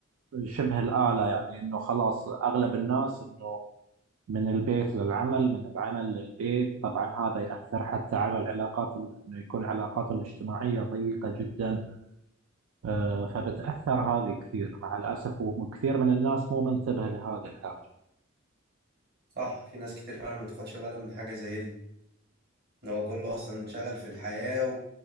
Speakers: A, on the right (about 70°); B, on the right (about 50°).
A: شبه الاله يعني انه خلاص اغلب الناس انه من البيت للعمل من العمل للبيت طبعا هذا يأثر حتى على العلاقات انه يكون علاقاته الاجتماعية ضيقة جدا آه، فبتأثر هذه كثير مع الأسف وكثير من الناس مو منتبه لهذه الحاجة
B: صح في ناس كتير فعلا ما بتاخدش بالها من حاجة زي دي إن هو كله أصلا انشغل في الحياة